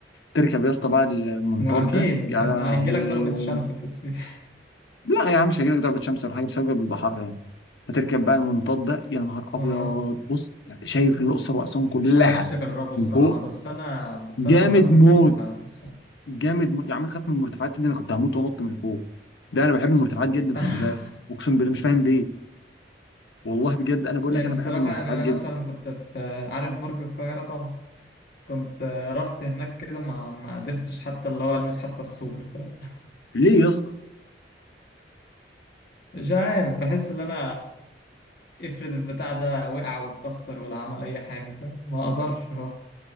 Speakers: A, on the left (about 80°); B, on the left (about 60°).
A: تركب يا اسطى بقى المنطاد
B: ما اكيد
A: ده يا
B: لان
A: لهوي
B: هيجيلك ضربة شمس في الصيف
A: لا يا عم مش هيجيلك ضربه شمس ولا حاجه بسبب البحر يعني فتركب بقى المنطاد ده يا نهار
B: <laughs>
A: ابيض
B: اه
A: بص شايف الاقصر واسوان كلها
B: انا نفسي اجربه الصراحه
A: من فوق
B: بس انا بس
A: جامد
B: انا بخاف
A: موت
B: من المرتفعات الصراحه
A: جامد موت يا عم تخاف من المرتفعات دي انا كنت هموت وانط من فوق ده انا بحب المرتفعات جدا
B: <laughs>
A: خلي بالك اقسم بالله مش فاهم ليه والله بجد انا بقول
B: يعني
A: لك انا
B: الصراحه
A: بحب المرتفعات
B: يعني انا
A: جدا
B: مثلا كنت في عارف برج القاهره طبعا كنت رحت هناك كده ما ما قدرتش حتى اللي هو المس حتى السور فاهم؟
A: ليه يا اسطى
B: مش عارف بحس ان انا افرض البتاع ده وقع واتكسر ولا عمل اي حاجه فاهم ما اقدرش